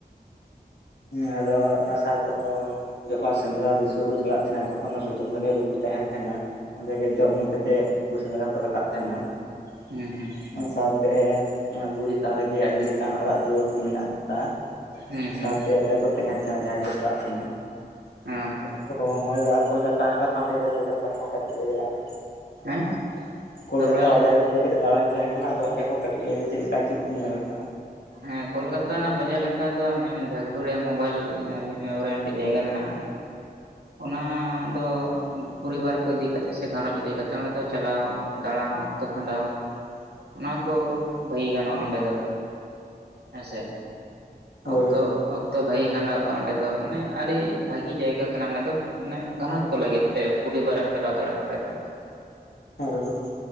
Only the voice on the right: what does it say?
ᱦᱩᱸ ᱦᱩᱸ᱾
ᱦᱩᱸ ᱦᱩᱸ
ᱦᱮᱸ ᱪᱷᱟ᱾
ᱦᱮᱸ
ᱫᱚᱵᱲᱟ ᱞᱮ
ᱦᱮᱸ ᱠᱳᱞᱠᱟᱛᱟ ᱨᱮᱱᱟᱜ ᱵᱟᱡᱟᱨ ᱞᱮᱠᱟ ᱫᱚ ᱵᱷᱮᱠᱫᱳᱨᱤᱭᱟ ᱢᱳᱵᱟᱭᱤᱞ ᱱᱮᱣᱨᱩ ᱨᱮᱭᱟᱜ ᱢᱤᱫᱴᱮᱱ ᱡᱟᱭᱜᱟ ᱢᱮᱱᱟᱜᱼᱟ᱾ ᱚᱱᱟ ᱫᱚ ᱯᱚᱨᱤᱵᱟᱨ ᱠᱚ ᱤᱫᱤ ᱠᱟᱛᱮ ᱥᱮ ᱜᱷᱟᱨᱚᱸᱡ ᱤᱫᱤ ᱠᱟᱛᱮ ᱚᱸᱰᱮ ᱫᱚ ᱪᱟᱞᱟᱣ ᱫᱟᱬᱟᱱ ᱚᱠᱛᱚ ᱠᱷᱟᱸᱰᱟᱣ ᱚᱱᱟ ᱠᱚ ᱵᱷᱟᱹᱜᱤ ᱜᱟᱱᱚᱜᱼᱟ ᱚᱸᱰᱮ ᱫᱚᱼᱼ ᱦᱮᱸ ᱥᱮ,
ᱚᱠᱛᱚ
ᱚᱠᱼᱼ ᱛᱚ ᱵᱷᱟᱹᱜᱤ ᱠᱷᱟᱸᱰᱟᱣᱼᱟ ᱚᱸᱰᱮ ᱫᱚ ᱢᱟᱱᱮ ᱟᱹᱰᱤ ᱵᱷᱟᱹᱜᱤ ᱡᱟᱭᱜᱟ ᱠᱟᱱᱟ ᱚᱸᱰᱮ ᱫᱚ ᱢᱟᱱᱮ ᱜᱷᱟᱨᱚᱸᱡᱽᱼᱼ ᱠᱚ ᱞᱟᱹᱜᱤᱫ ᱛᱮ ᱯᱚᱨᱤᱵᱟᱨᱮᱢ ᱪᱟᱞᱟᱣ ᱫᱟᱲᱮᱭᱟᱜᱼᱟ ᱚᱸᱰᱮ ᱫᱚ